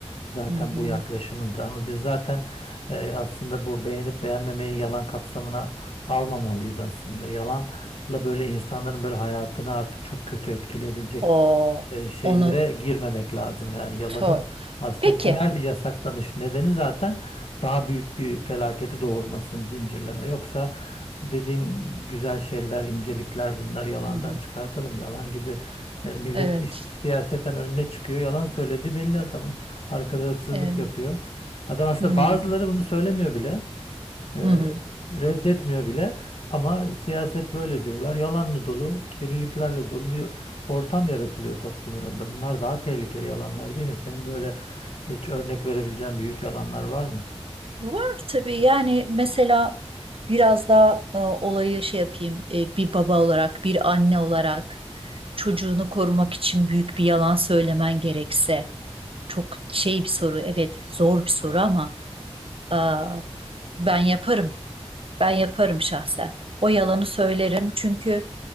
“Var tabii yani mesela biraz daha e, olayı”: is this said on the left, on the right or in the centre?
Right